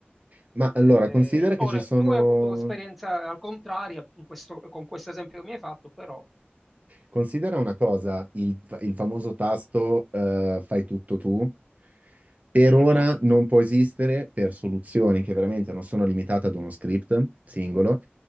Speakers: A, on the right; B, in the centre.
A: ma allora,
B: Eh, eh,
A: considera
B: in-
A: che
B: ora,
A: ci sono...
B: tu hai avuto esperienza al contrario in questo- con questo esempio che mi hai fatto, però...
A: Considera una cosa, il, il famoso tasto
B: Sì.
A: eh, fai tutto tu, per ora
B: Mhm.
A: non può esistere per soluzioni che veramente non sono limitate ad uno script singolo,